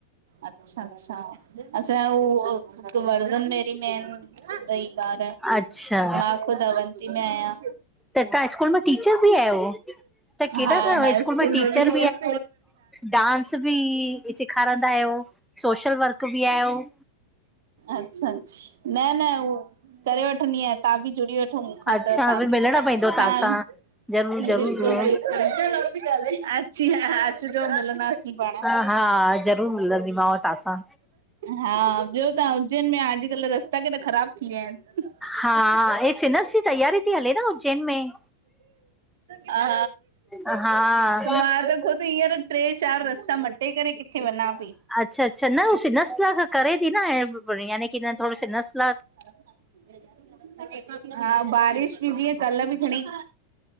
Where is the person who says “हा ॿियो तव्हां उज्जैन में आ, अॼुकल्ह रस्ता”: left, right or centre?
Right